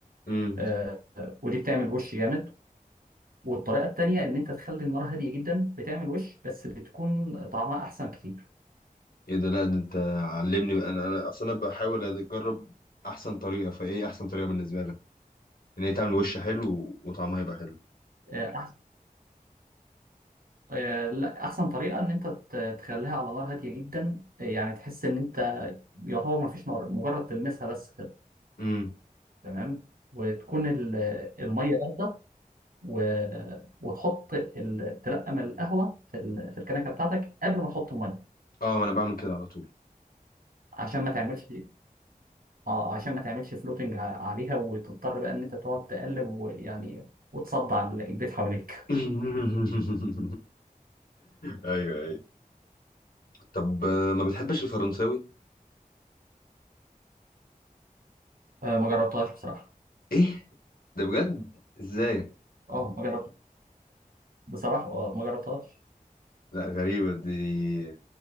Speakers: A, on the left (about 75°); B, on the right (about 75°).
A: امم
B: آه، ودي بتعمل وش جامد والطريقة التانية إن أنت تخلي النار هادية جدا بتعمل وش بس بتكون طعمها أحسن كتير
A: ايه ده لا ده انت علمني بقى. انا انا اصلا بحاول اجرب احسن طريقة فايه احسن طريقة بالنسبة لك؟ ان هي تعمل وش حلو و- وطعمها يبقى حلو
B: آه، أح- آه، لا أحسن طريقة إن أنت ت- تخليها على نار هادية جدا آه، يعني تحس إن أنت يعتبر ما فيش نار مجرد تلمسها بس كده
A: امم
B: تمام وتكون ال- المية باردة و... وتحط ال... تلقم القهوه في ال... في الكنكه بتاعتك قبل ما تحط الميه
A: اه ما انا بعمل كده على طول
B: عشان ما تعملش اه عشان ما تعملش فلوتنج عليها وتضطر بقى ان انت تقعد تقلب ويعني وتصدع ال- البيت حواليك
A: <laughs> ايوه ايوه طب آه، ما بتحبش الفرنساوي؟
B: آه ما جربتهاش بصراحه
A: ايه ده بجد ازاي
B: اه ما جربت بصراحه اه ما جربتهاش
A: لا غريبة دي